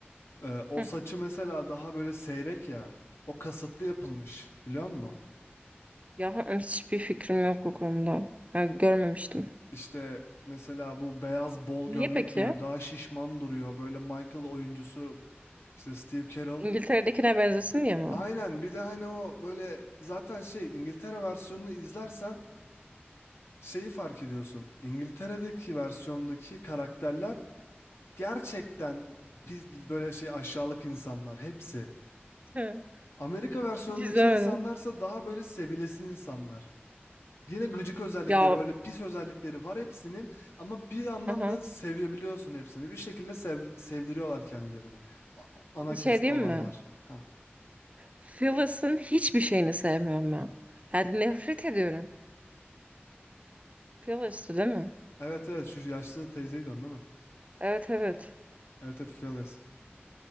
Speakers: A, on the left; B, on the right.
A: Ee, o
B: Hı.
A: saçı mesela daha böyle seyrek ya. O kasıtlı yapılmış biliyor musun?
B: Ya hani hiçbir fikrim yok bu konuda. Ya, görmemiştim.
A: İşte mesela bu beyaz bol
B: Niye
A: gömlek
B: peki?
A: giyiyor. Daha şişman duruyor. Böyle Michael oyuncusu işte Steve Carell.
B: İngiltere'dekine benzesin diye mi?
A: Aynen bir de hani o böyle zaten şey İngiltere versiyonunu izlersen şeyi fark ediyorsun. İngiltere'deki versiyondaki karakterler gerçekten pi- böyle şey aşağılık insanlar hepsi.
B: Hı.
A: Amerika versiyonundaki
B: Hiç izlemedim.
A: insanlarsa daha böyle sevilesi insanlar. Yine gıcık özellikleri
B: Ya
A: böyle pis özellikleri var hepsinin ama bir yandan
B: aha.
A: da sevebiliyorsun hepsini. Bir şekilde sev- sevdiriyorlar kendilerini. A- Ana
B: Bir
A: keste
B: şey diyeyim
A: olanlar.
B: mi?
A: Ha.
B: Phyllis'ın hiçbir şeyini sevmiyorum ya. Yani nefret ediyorum. Phyllis'tı değil mi?
A: Evet evet şu yaşlı teyzeyi diyorsun değil mi?
B: Evet evet.
A: Evet evet Phyllis.